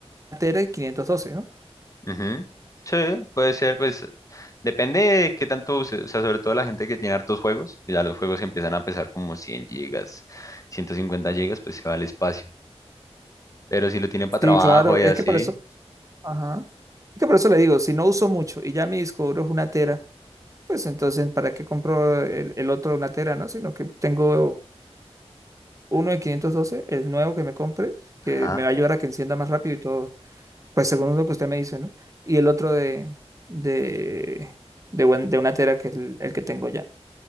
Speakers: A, on the right; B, on the left.
A: tera y quinientos doce ¿no?
B: Ujú. Sí, puede ser, pues depende de qué tanto use, o sea, sobre todo la gente que tiene hartos juegos, que ya los juegos empiezan a pesar como 100 gigas, 150 gigas, pues se va al espacio, pero si lo tienen para trabajo
A: Sí, claro,
B: y
A: es
B: así,
A: que por eso, ajá. Es que por eso le digo, si no uso mucho y ya mi disco duro es una tera, pues entonces ¿para qué compro el, el otro de una tera, no? Sino que tengo uno de quinientos doce el nuevo que me compre, que
B: ajá,
A: me va a ayudar a que encienda más rápido y todo. Pues según lo que usted me dice, ¿no? Y el otro de, de, de, buen- de una tera, que es el, el que tengo ya.